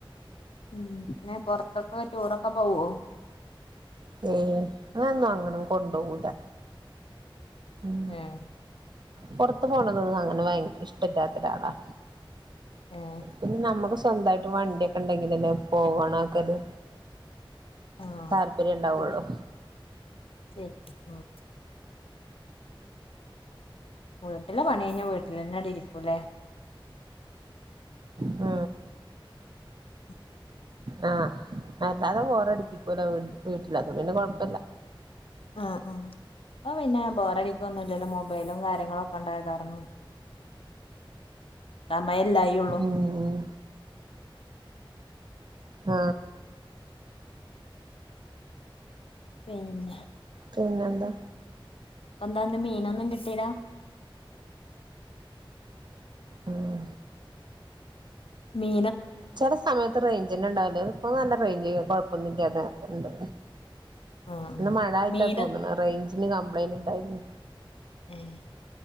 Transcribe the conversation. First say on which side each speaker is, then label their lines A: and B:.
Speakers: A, on the left; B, on the right.
A: ഉം പിന്നെ പൊറത്തൊക്കെ ടൂറൊക്കെ പോവോ
B: ഏയ് അങ്ങനൊന്നും അങ്ങനെ കൊണ്ടോവൂല ഉം
A: ഏഹ്
B: പൊറത്തു പോണതൊന്നും അങ്ങനെ ഇഷ്ടല്ലാത്തൊരാളാ
A: ഏഹ്
B: പിന്നെ നമ്മുക്ക് സ്വന്തായിട്ട് വണ്ടിയൊക്കെണ്ടെങ്കിലല്ലെ പോവണൊക്കത്
A: ആഹ്
B: താല്പര്യം ഇണ്ടാവുള്ളു
A: ശരി ശരി ഉം വീട്ടില് പണി കഴിഞ്ഞാ വീട്ടിൽ തന്നെടിരിക്കൂല്ലേ
B: ആ
A: <inaudible>
B: ആ അല്ലാതെ ബോറടിപ്പിക്കൂല വീട്ടിലൊന്നും പിന്നെ കൊഴപ്പില്ല
A: ആ ആ ഓ പിന്നെ ബോറടിക്കോന്നു പിന്നെ മൊബൈലും കാര്യങ്ങളും ഒക്കെ ഉണ്ടായ കാരണം സമയില്ലായിയുള്ളൂ
B: ഉം ആ
A: പിന്നെ
B: പിന്നെന്താ
A: ഇപ്പൊ എന്താന്ന് മീനൊന്നും കിട്ടീലാ
B: ഉം
A: മി
B: ചെല സമയത്ത് റേഞ്ചന്നെ ഉണ്ടാവില്ല ഇപ്പൊ നല്ല റേഞ്ച് കൊഴപ്പൊന്നുല്ലാതെ ഉണ്ട്
A: ആ
B: ഇന്ന് മഴ ആയിട്ടാ
A: മീന്
B: തോന്നണെ റേഞ്ചിന് കംപ്ലൈന്റ് ഇണ്ടായിരുന്നു
A: ഏഹ്